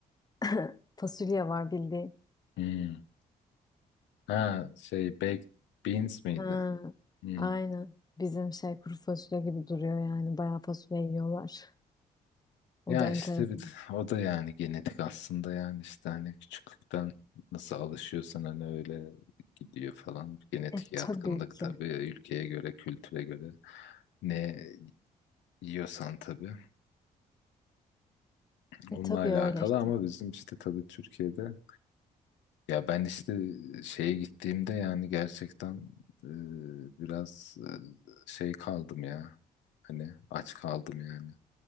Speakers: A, on the left (about 20°); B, on the left (about 70°).
A: <coughs> <laughs> fasulye var bildiğin.
B: Hmm. Ha şey baked beans miydi?
A: Ha,
B: Hmm.
A: aynen. Bizim şey kuru fasulye gibi duruyor yani. Bayağı fasulye yiyorlar. O
B: Ya
A: da
B: işte
A: enteresan.
B: bir, <laughs> o da yani genetik aslında yani işte hani küçüklükten nasıl alışıyorsan hani öyle gidiyor falan. Genetik
A: E
B: yatkınlık
A: tabii ki.
B: tabii ülkeye göre, kültüre göre ne yiyorsan tabii
A: E
B: onunla
A: tabii
B: alakalı
A: öyle işte.
B: ama bizim işte tabii Türkiye'de ya ben işte şeye gittiğimde yani gerçekten e, biraz e, şey kaldım ya hani aç kaldım yani.